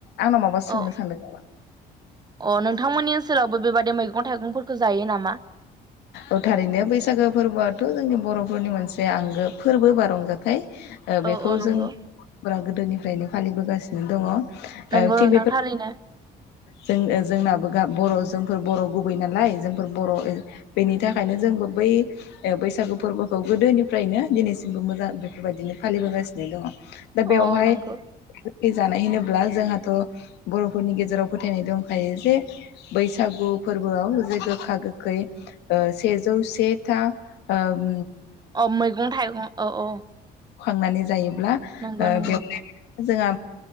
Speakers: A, on the left; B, on the right.
A: आंनाव माबा सोंनो
B: औ
A: सानदों नामा?
B: अ नोंथांमोननि ओनसोलावबो बेबादि मैगं थाइगंफोरखौ जायो नामा?
A: औ थारैनो बैसागो फोरबोआथ जोंनि बरफोरनि मोनसे आंगो फोरबो बा रंजाथाइ ओ
B: औ
A: बेखौ
B: औ नंगौ
A: जों बारा गोदोनिफ्रायनो फालिबोगासिनो दङ।
B: नंगौ
A: थिग
B: नोंथां
A: बे
B: थारैनो।
A: जों ओ जोंनाबो गा बर जोंफोर बर गुबै नालाय जोंफोर बर ओ बेनि थाखायनो जोंबो बै ओ बैसागु फोरबोखौ गोदोनिफ्रायनो दिनैसिमबो मोजां बेफोरबायदिनो फालिबोगासिनो दङ। दा बेवहाय
B: औ औ नंगौ
A: जानाय होनो ब्ला जोंहाथ बरफोरनि गेजेराव फोथायनाय दंखायो जे बैसागु फोरबोआव जे गोखा गोखै ओ सेजौ से था ओम
B: अ मैगं थाइगं औ औ।
A: खांनानै जायो। ब्ला
B: नंगौ
A: ओ
B: नंगौ
A: बेव <inaudible> जोंआ